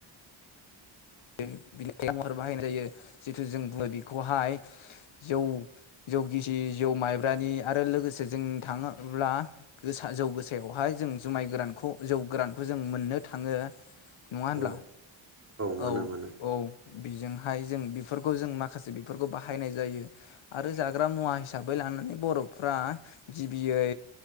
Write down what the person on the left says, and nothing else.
बिनि महर बाहायनाय जायो जिथु जों बुङो बेखौहाय जौ जौ गिसि जौ माइब्रानि आरो लोगोसे जों थाङोब्ला गोसा जौ गोसायावहाय जों जुमाय गोरानखौ जौ गोरानखौ जों मोननो थाङो। नङा होनब्ला?
औ
औ बिजोंहाय जों बिफोरखौ जों माखासे बिफोरखौ बाहायनाय जायो आरो जाग्रा मुवा हिसाबै लानानै बरफ्रा गिबियै